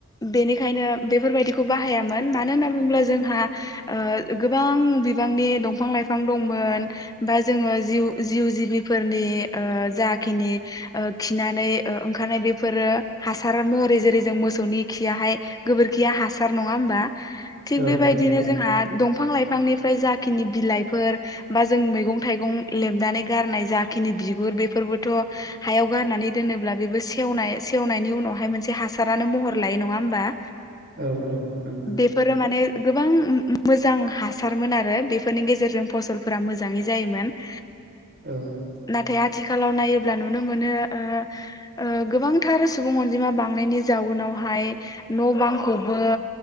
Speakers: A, on the left; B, on the right.
A: बेनिखायनो बेफोरबायदि खौ बाहायामोन मानो होनना बुङोब्ला जोंहा ओ गोबां बिबांनि दंफां लाइफां दंमोन बा जोङो जिउ-जिउ जिबिफोरनि ओ जाखिनि ओ खिनानै ओ ओंखारनाय बेफोरो हासार महरै जेरै जों मोसौनि खियाहाय गोबोरखिया हासार नङा होमबा थिग
B: औ
A: बेबायदिनो
B: औ नंगौ
A: जोंहा दंफां लाइफांनि फ्राय जाखिनि बिलाइफोर बा जों मैगं थाइगं लेबनानै गारनाय जाखिनि बिगुर बेफोरबोथ' हायाव गारनानै दोनोब्ला बेबो सेवनाय सेवनायनि उनावहाय मोनसे हासारानो महर लायो नङा होमबा?
B: औ-औ।
A: बे फोरो माने गोबां मो-मोजां हासारमोन आरो बेफोरनि गेजेरजों फसलफोरा मोजाङै जायोमोन। <unintelligible>
B: औ।
A: नाथाय आथिखालाव नायोब्ला नुनो मोनो ओ ओ गोबांथार सुबुं अनजिमा बांनायनि जाउनावहाय न' बांखौबो